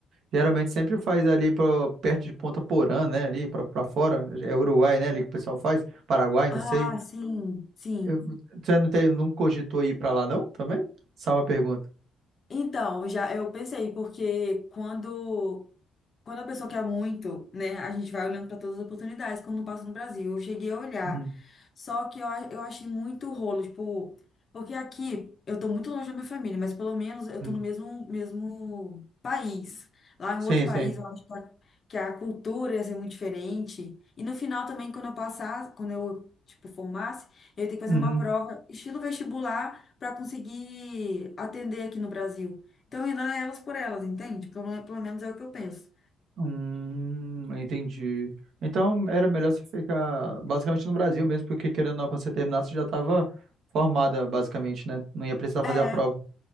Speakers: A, on the right; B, on the left.
A: Geralmente sempre faz ali pro, perto de Ponta Porã, né? Ali pra, pra fora. É Uruguai, né? Ali que o pessoal faz. Paraguai,
B: Ah,
A: não sei.
B: sim, sim.
A: Eu- você não, tem, não cogitou ir pra lá, não? Também? Só uma pergunta.
B: Então, já eu pensei, porque quando quando a pessoa quer muito, né, a gente vai olhando para todas as oportunidades, como não passa no Brasil. Eu cheguei a olhar.
A: Uhum.
B: Só que eu, a- eu achei muito rolo, tipo, porque aqui eu tô muito longe da minha família, mas pelo menos eu
A: Uhum.
B: tô no mesmo, mesmo país. Lá em
A: Sim,
B: outro país,
A: sim.
B: eu acho que a, que a cultura ia ser muito diferente. E no final também, quando eu passar, quando eu, tipo, formasse, eu ia ter que fazer
A: Uhum.
B: uma prova estilo vestibular para conseguir atender aqui no Brasil. Então, ainda é elas por elas, entende? Pelo, pelo menos é o que eu penso.
A: Hum, entendi. Então era melhor você ficar basicamente no Brasil mesmo, porque querendo ou não, quando você terminasse, você já estava formada, basicamente, né? Não ia precisar fazer
B: É,
A: a prova.